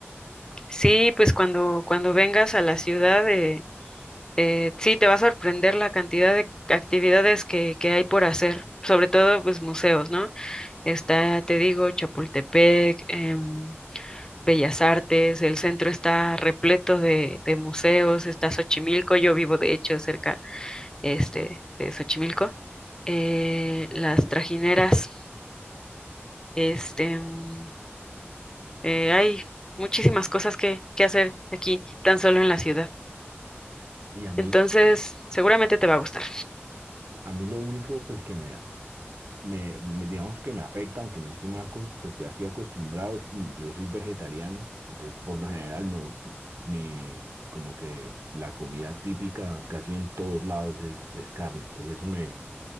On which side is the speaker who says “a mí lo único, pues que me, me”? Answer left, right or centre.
Right